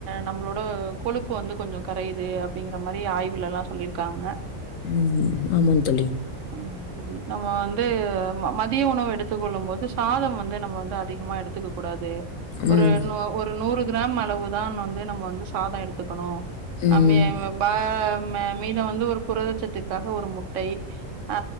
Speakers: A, on the right (about 70°); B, on the left (about 80°).
A: நம்மளோ ட கொழுப்பு வந்து கொஞ்சோ கரைது அப்டிங்கிற மாரி ஆய்வுலல்லா சொல்லிருக்காங்க
B: ம் ஆமா தோழி
A: ஆமா தோழி நம்ம வந்து மதிய உணவு எடுத்துக் கொள்ளும் போது சாதம் வந்து நம்ம வந்து அதிகமா எடுத்துக்க கூடாது ஒரு
B: ம்.
A: ஒரு நூறு கிராம் அளவுதா வந்து நம்ம வந்து சாதோ எடுத்துக்கணு
B: ம்.
A: அம்மே அம் ப மீதம் வந்து ஒரு புரதட்சத்திற்காக ஒரு முட்டை ஆ